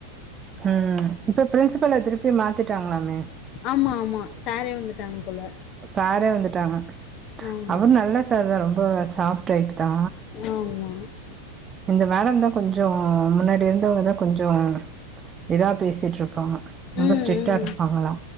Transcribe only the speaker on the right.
ம் ம் இப்ப ப்ரின்சுபல திருப்பி மாத்திட்டாங்ளாமே
சாரே வந்துட்டாங்க
அவுர் நல்ல சார் தா ரொம்போ சாஃப்ட் டைப் தா
இந்த மேடம் தா கொஞ்சோ முன்னாடி இருந்தவுங்க தா கொஞ்சோ எதயாத் பேசிட்ருப்பாங்களா ரொம்ப
ஸ்ட்ரிக்டாருப்பாங்களா